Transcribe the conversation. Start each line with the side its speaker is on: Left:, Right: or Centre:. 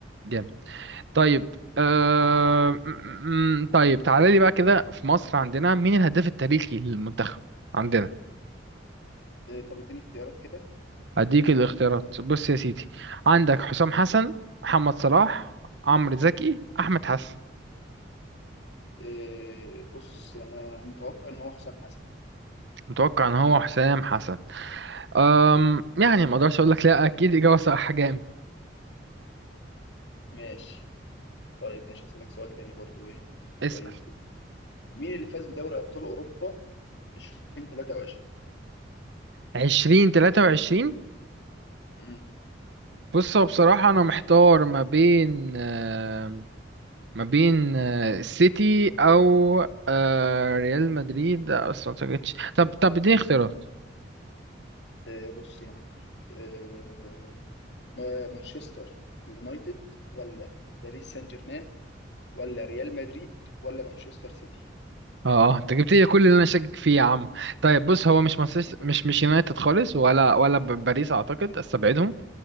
Right: جامد طيب آه... م- م- طيب تعالى لي بقى كده في مصر عندنا مين الهداف التاريخي للمنتخب عندنا
Left: إيه، طب اديني اختيارات كده
Right: هديك الاختيارات بص يا سيدي عندك حسام حسن محمد صلاح
Left: مم.
Right: عمرو زكي احمد حسن
Left: إيه، بص انا متوقع ان هو حسام حسن
Right: متوقع ان هو حسام حسن أم
Left: مم.
Right: يعني ما اقدرش اقول لك لا اكيد اجابه صح جامد
Left: ماشي طيب ماشي هسألك سؤال تاني برضو ايه كويس
Right: اسال
Left: جدا مين اللي فاز بدوري ابطال اوروبا 2023
Right: 20 23
Left: مم.
Right: بص هو بصراحه انا محتار ما بين آم، ما بين آه، السيتي او آه، ريال مدريد آه، اصلا ما جبتش طب طب اديني اختيارات
Left: آه، بص يا عمي آه، ما- مانشستر يونايتد ولا باريس سان جيرمان ولا ريال مدريد ولا مانشستر سيتي
Right: اه آه، انت جبت لي كل اللي انا شاكك فيه يا عم طيب بص هو مش مانشستر
Left: <laughs>
Right: مش مش يونايتد خالص ولا ولا ب- باريس اعتقد استبعدهم